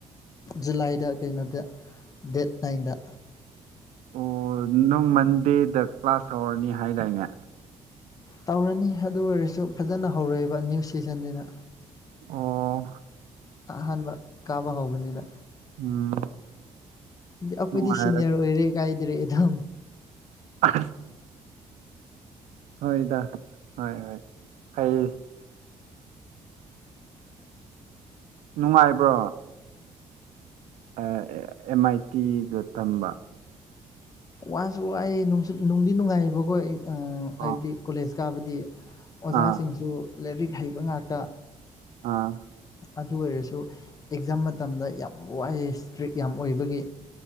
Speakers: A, on the left (about 30°); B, on the right (about 85°).
A: ꯖꯨꯂꯥꯏꯗ ꯀꯩꯅꯣꯗ ꯗꯦꯠ ꯅꯥꯏꯟꯗ
B: ꯑꯣ ꯅꯪ ꯃꯟꯗꯦꯗ ꯀ꯭ꯂꯥꯁ ꯇꯔꯅꯤ ꯍꯥꯏꯗꯥꯏꯅꯦ
A: ꯇꯧꯔꯅꯤ ꯑꯗꯨ ꯑꯣꯏꯔꯁꯨ ꯐꯖꯅ ꯍꯧꯔꯛꯏꯕ ꯅ꯭ꯌꯨ ꯁꯤꯖꯟꯁꯤꯅ
B: ꯑꯣ
A: ꯑꯍꯥꯟꯕ ꯀꯥꯕ ꯍꯧꯕꯅꯤꯅ
B: ꯎꯝ
A: ꯑꯩꯈꯣꯏꯗꯤ
B: ꯅꯨꯡꯉꯥꯏꯔꯦ
A: ꯁꯤꯅꯤꯌꯔ ꯑꯣꯏꯔꯦ ꯀꯥꯏꯗꯔꯦ ꯑꯦꯗ
B: ꯑ ꯍꯣꯏꯗ ꯍꯣꯏ ꯍꯣꯏ ꯑꯩ
A: <inaudible>
B: ꯅꯨꯡꯉꯥꯏꯕ꯭ꯔꯣ ꯑꯦꯝ ꯑꯥꯏ ꯇꯤꯗ ꯇꯝꯕ
A: ꯋꯥꯁꯨ ꯋꯥꯏ ꯅꯨꯡꯗꯤ ꯅꯨꯡꯉꯥꯏꯌꯦꯕꯀꯣ
B: ꯑꯣ
A: ꯍꯥꯏꯕꯗꯤ ꯀꯣꯂꯦꯖ ꯀꯥꯕꯗꯤ ꯑꯣꯖꯥꯁꯤꯡꯁꯨ
B: ꯑꯥ
A: ꯂꯥꯏꯔꯤꯛ ꯍꯩꯕ ꯉꯥꯛꯇ
B: ꯑꯥ
A: ꯑꯗꯨ ꯑꯣꯏꯔꯁꯨ ꯑꯦꯛꯖꯥꯝ ꯃꯇꯝꯗ ꯌꯥꯝ ꯋꯥꯏꯑꯦ ꯏꯁꯇ꯭ꯔꯤꯛ ꯌꯥꯝ ꯑꯣꯏꯕꯒꯤ